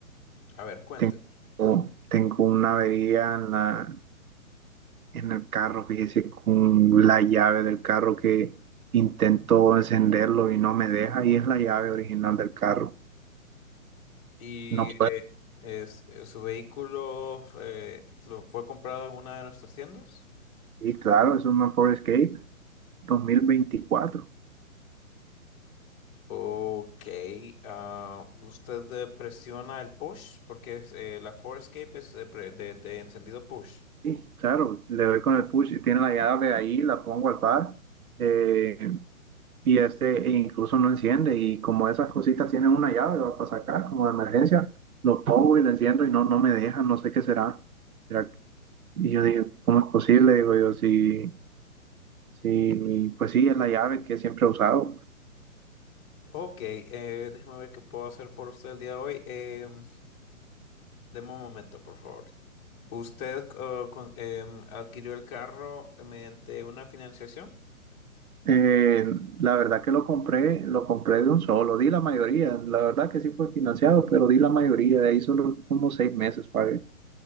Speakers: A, on the left; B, on the right.
A: A ver, cuénteme.
B: Tengo, tengo una avería en la, en el carro, fíjese, con la llave del carro que intento encenderlo y no me deja, y es la llave original del carro.
A: ¿Y
B: No puedo.
A: es, eh, su vehículo eh, lo fue comprado en una de nuestras tiendas?
B: Y claro, es una Ford Escape 2024.
A: Ok, ah, usted eh, presiona el push porque es, eh, la Forescape es de, pre- de- de encendido push.
B: Sí, claro, le doy con el push, tiene la llave ahí, la pongo al par. Eh, y este e incluso no enciende y como esas cositas tienen una llave va para sacar como de emergencia, lo pongo y lo enciendo y no, no me deja, no sé qué será. Será que- Y yo digo ¿cómo es posible? Digo yo, si, si, pues sí, es la llave que siempre he usado.
A: Ok, eh, déjeme ver qué puedo hacer por usted el día de hoy. Em, deme un momento, por favor. ¿Usted eh, con- em, adquirió el carro mediante una financiación?
B: Eh, la verdad que lo compré, lo compré de un solo, di la mayoría, la verdad que sí fue financiado, pero di la mayoría, de ahí solo como seis meses pagué.